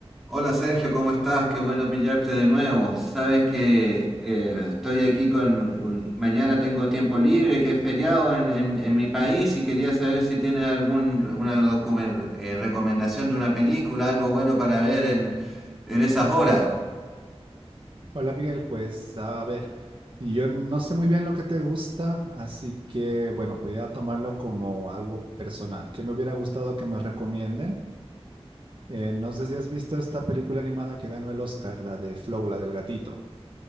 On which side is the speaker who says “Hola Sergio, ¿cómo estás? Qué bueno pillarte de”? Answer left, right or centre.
Centre